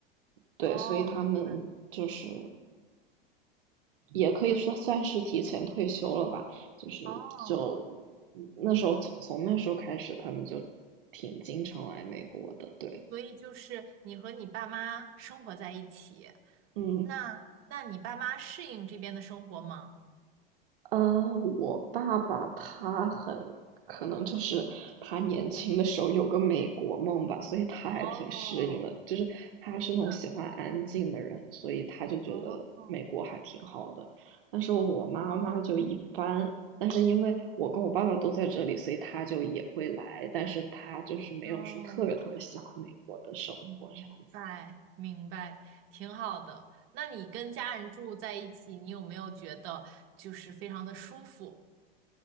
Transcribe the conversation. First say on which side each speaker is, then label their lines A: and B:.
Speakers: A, on the right (about 65°); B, on the right (about 45°).
A: 对，
B: 哦，
A: 所以他们就是
B: 明白，
A: 也可以说算是提前退休了吧，
B: 可以。
A: 就是就
B: 哦，
A: 那时候从从那时候开始，他们就挺经常来美国的，对，
B: 所以就是你和你爸妈生活在一起，
A: 嗯。
B: 那那你爸妈适应这边的生活吗？
A: 呃，我爸爸他很可能就是他年轻的时候有个美国梦吧，所以他还挺适应的。
B: 哦，
A: 就是他是那种喜欢安静的人，
B: 天呐，
A: 所以他就觉得美国还挺好的。
B: 哦
A: 但是我妈妈就一般，
B: 哦，
A: 但是因为我跟我爸爸都在这里，所以他就也会来，但是他就是没有说特别特别喜欢美国的生活这样子。
B: 哦，明白明白，挺好的。那你跟家人住在一起，你有没有觉得就是非常的舒服？